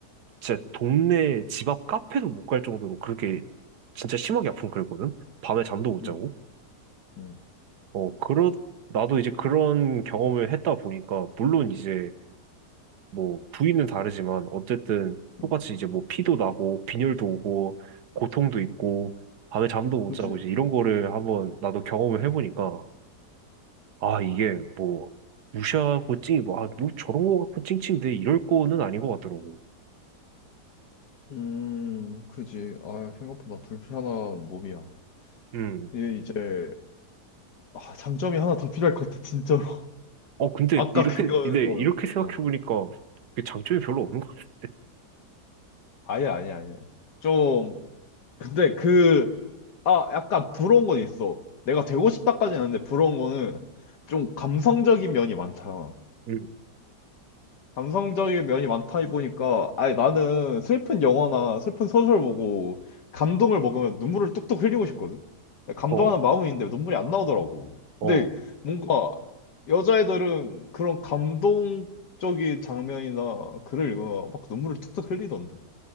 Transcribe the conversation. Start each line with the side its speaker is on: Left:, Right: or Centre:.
Right: 진짜 동네 집 앞 카페도 못 갈 정도로 그렇게 진짜 심하게 아픈 그랬거든. 밤에 잠도 못
Left: 음,
Right: 자고.
Left: 음,
Right: 어, 그렇, 나도 이제 그런 경험을 했다 보니까, 물론 이제 뭐 부위는 다르지만, 어쨌든 똑같이
Left: 음,
Right: 이제 뭐 피도 나고, 빈혈도 오고, 고통도 있고, 밤에 잠도 못
Left: 그지.
Right: 자고, 이제 이런 거를 한번 나도 경험을 해보니까, 아, 이게 뭐, 무시하고 찡, 뭐, 아, 뭐 저런 거 갖고 찡찡대, 이럴 거는 아닌 것 같더라고.
Left: 음, 그지. 아, 생각보다 불편한 몸이야.
Right: 음.
Left: 이게 이제, 아, 장점이 하나 더 필요할 것 같아, 진짜로. <laughs>
Right: 어, 근데
Left: 아까
Right: 이렇게,
Left: 그거,
Right: 근데 이렇게
Left: 어,
Right: 생각해보니까,
Left: 어.
Right: 그 장점이 별로 없는 것 같은데.
Left: 아니야, 아니야, 아니야. 좀, 근데 그, 아, 약간 부러운 건 있어. 내가 되고 싶다까지는 아닌데, 부러운 거는 좀 감성적인 면이 많잖아.
Right: 음.
Left: 감성적인 면이 많다 보니까 아니 나는 슬픈 영화나 슬픈 소설 보고 감동을 먹으면 눈물을 뚝뚝 흘리고 싶거든. 감동하는
Right: 어,
Left: 마음은 있는데 눈물이 안 나오더라고.
Right: 어.
Left: 근데 뭔가 여자애들은 그런 감동적인 장면이나 글을 읽으면 막 눈물을 뚝뚝 흘리던데.